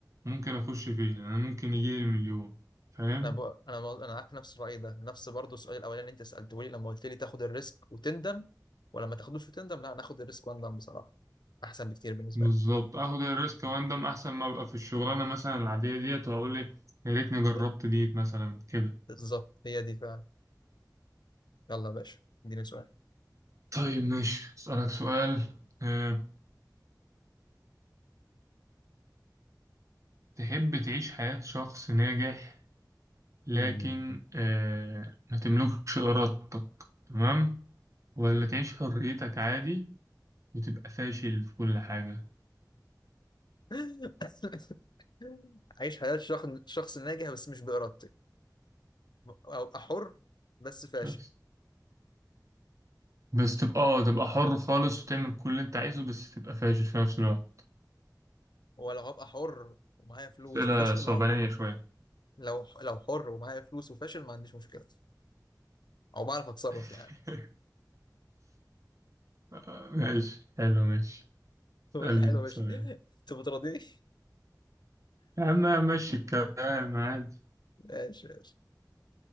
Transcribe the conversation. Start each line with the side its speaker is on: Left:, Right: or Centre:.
Right: ممكن أخش فيها أنا ممكن يجيلي المليون فاهم
Left: انا بقى انا مو- انا معاك في نفس الراي ده نفس برضه السؤال الاولاني اللي انت سالته لي لما قلت لي تاخد الريسك وتندم ولا ما تاخدوش وتندم لا ناخد الريسك واندم بصراحه احسن بكتير بالنسبه
Right: بالظبط
Left: لي
Right: آخد الريسك وأندم أحسن ما أبقى في الشغلانة مثلا العادية ديت وأقول لي يا ريتني جربت
Left: Yeah.
Right: ديت مثلا كده
Left: بالظبط هي دي فعلا يلا يا باشا اديني سؤال
Right: طيب ماشي أسألك سؤال أه تحب تعيش حياة شخص ناجح لكن
Left: مم.
Right: آه ما تملكش إرادتك تمام ولا تعيش حريتك عادي وتبقى فاشل في كل حاجة
Left: <laughs> عايش حياه شخص شخص ناجح بس مش بارادتي او ابقى حر بس فاشل
Right: شخص بس تبقى اه تبقى حر خالص وتعمل كل اللي انت عايزه بس تبقى فاشل في نفس الوقت
Left: ولا هبقى حر ومعايا فلوس
Right: أسئلة
Left: وفاشل
Right: صعبانية
Left: مع
Right: شوية
Left: لو لو حر ومعايا فلوس وفاشل ما عنديش مشكله او بعرف اتصرف
Right: <laughs>
Left: يعني
Right: آه، ماشي حلو ماشي
Left: <laughs> هو
Right: اسألني
Left: ايه الحلو
Right: انت
Left: يا باشا
Right: سؤال
Left: <laughs> انت بتراضيني
Right: يا عم ماشي الكلام عادي
Left: ماشي ماشي